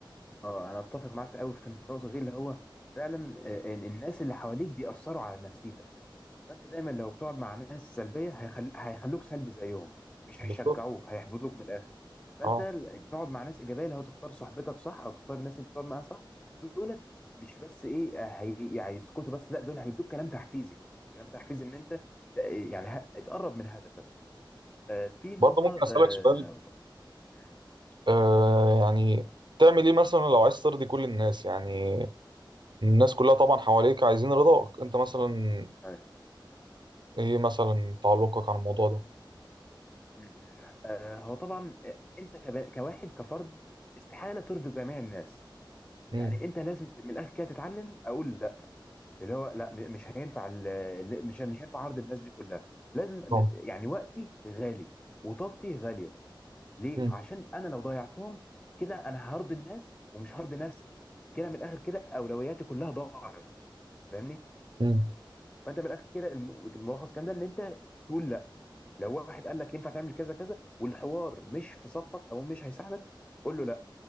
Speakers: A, on the left; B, on the right.
A: اه انا اتفق معاك قوي في النقطه دي اللي هو فعلا آه، إن الناس اللي حواليك بيأثروا على نفسيتك فانت دايما لو بتقعد مع ناس سلبيه هيخل... هيخلوك سلبي زيهم مش
B: بالظبط
A: هيشجعوك هيحبطوك من الاخر فانت
B: اه
A: ال- تقعد مع ناس ايجابيه اللي هو تختار صحبتك صح او تختار الناس اللي بتقعد معاها صح دولت مش بس ايه آه، هي... هيسكتوا بس لا دول هيدوك كلام تحفيزي كلام تحفيزي ان انت ت- يعني ه... تقرب من هدفك آه في نقطه
B: برضه ممكن أسألك
A: آه...
B: سؤال
A: آه، مم،
B: آه يعني تعمل ايه مثلا لو عايز ترضي كل الناس يعني الناس كلها طبعا حواليك عايزين رضاك انت مثلا
A: أيوة،
B: ايه مثلا تعلقك عن الموضوع ده
A: مم. آه، هو طبعا آه، انت كب- كواحد كفرد استحاله ترضي جميع الناس يعني
B: امم
A: انت لازم ت- من الاخر كده تتعلم اقول لا اللي هو لا م- مش هينفع ال- مش مش هينفع عرض الناس دي كلها لازم
B: طبعا
A: م- يعني وقتي غالي وطاقتي غالية ليه
B: امم
A: عشان انا لو ضيعتهم كده انا هرضي الناس ومش هرضي نفسي كده من الاخر كده اولوياتي كلها ضاعت فاهمني
B: امم
A: فانت من الاخر كده الم- الملخص الكلام ده ان انت تقول لا لو واحد قال لك ينفع تعمل كذا كذا والحوار مش في صفك او مش هيساعدك قول له لا